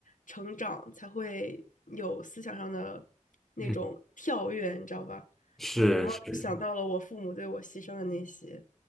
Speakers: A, on the left; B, in the centre.
A: 成长，才会有思想上的那种跳跃，
B: 嗯
A: 你知道吧？
B: 是是。
A: 然后就想到了我父母对我牺牲的那些。